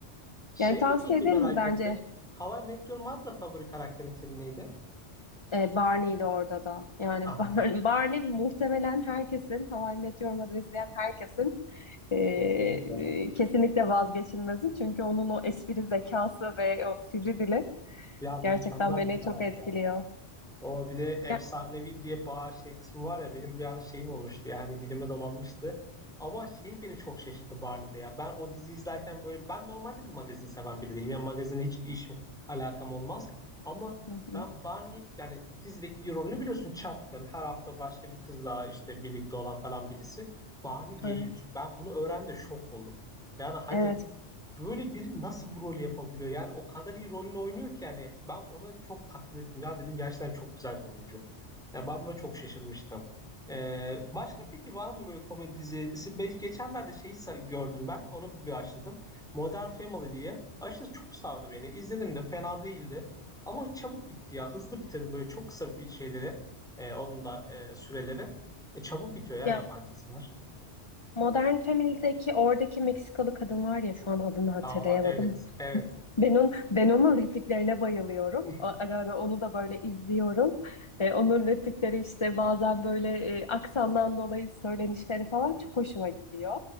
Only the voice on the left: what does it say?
Yani tavsiye
ederim
bence
e, Barney'di orada da. Yani
<laughs> Bar- Barney muhtemelen herkesin, How I Met Your Mother izleyen herkesin e,
kesinlikle vazgeçilmezi. Çünkü onun o espri zekası ve o sivri dili
gerçekten beni
çok etkiliyor.
Ya
Hı hı.
Evet.
Evet.
Ya
Modern Family'deki oradaki Meksikalı kadın var ya şu an adını hatırlayamadım.
Ben, on, ben onun repliklerine bayılıyorum.
A- Ara ara onu da böyle izliyorum. E, onun replikleri işte bazen böyle e, aksandan dolayı söylenişleri falan çok hoşuma gidiyor.